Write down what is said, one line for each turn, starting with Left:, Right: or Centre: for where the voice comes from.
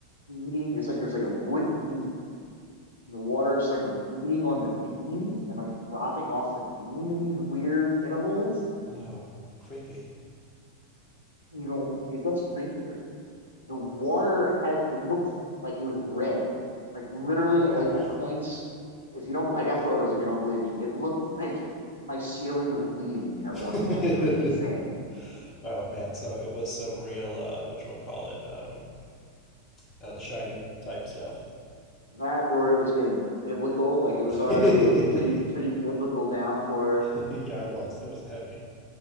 Right: beating. It's like there's like a wood beam, and the water started beating on the beam and like dropping off the beam in these weird intervals.
Left: Oh, creepy.
Right: You know, it gets creepier. The water had it looked like it was red, like literally
Left: Oh.
Right: like at points. If you don't, I got photos. If you don't believe me, it looked like my ceiling was bleeding at
Left: <laughs>
Right: one point. It was insane.
Left: Oh man, so it was some real uh whatchamacallit, um uh, the Shining type stuff.
Right: that or it was getting biblical like it was already
Left: <laughs> yeah,
Right: like a pretty pretty biblical downpour
Left: it was. It was heavy.